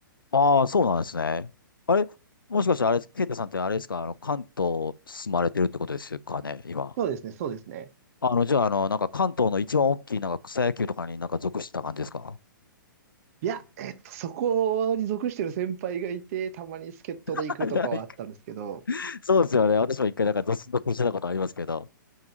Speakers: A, on the left; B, on the right.
A: ああそうなんですね。あれ、もしかしてあれ、ケイタさんってあれですか、あの、関東住まれてるってことですかね、今。
B: そうですね。そうですね。
A: あの、じゃあ、あの、なんか関東の一番大きいなんか草野球とかになんか属してた感じですか
B: いや、えっと、そこに属してる先輩がいて、たまに助っ人で行くとかはあったんですけど、
A: <laughs> そうですよね。私も一回なんか属属してたことありますけど。